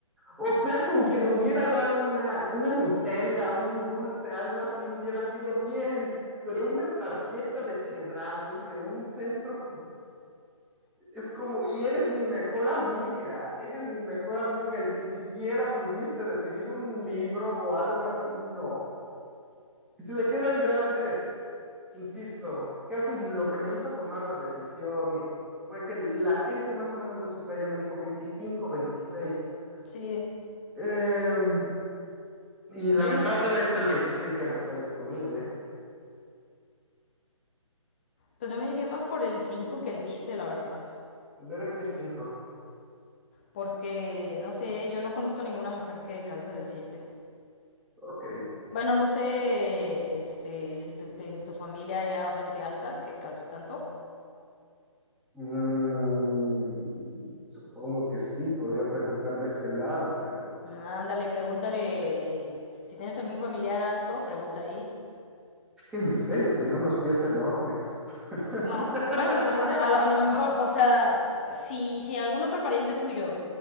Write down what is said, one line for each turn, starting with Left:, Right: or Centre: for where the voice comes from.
Centre: O sea, con que me hubiera dado una, una Nutella, un dulce, algo así, hubiera sido bien. Pero una tarjeta de Chedraui de un centro es como, y eres mi mejor amiga, eres mi mejor amiga y ni siquiera pudiste decidir un libro o algo así, no. Y si le quedan grandes, insisto, casi lo que me hizo tomar la decisión fue que la gente más o menos de su talla me dijo 25, 26.
Left: Sí.
Centre: Eh, y lamentablemente
Left: Yo me,
Centre: el 26 ya no está disponible.
Left: pues yo me diría más por el 5 que el 7, la verdad.
Centre: Veré 65.
Left: Porque, no sé, yo no conozco ninguna mujer que calce del 7.
Centre: Ok.
Left: Bueno, no sé, este, si tu- en tu familia hay mujer de alta que calce tanto.
Centre: Mm, supongo que sí, podría preguntar de ese lado, pero
Left: Ándale, pregúntale. Si tienes algún familiar alto, pregunta ahí.
Centre: Es que en serio, tenía unos pies enormes. <laughs>
Left: No, bueno, pues entonces a lo, a lo mejor, o sea, si, si algún otro pariente tuyo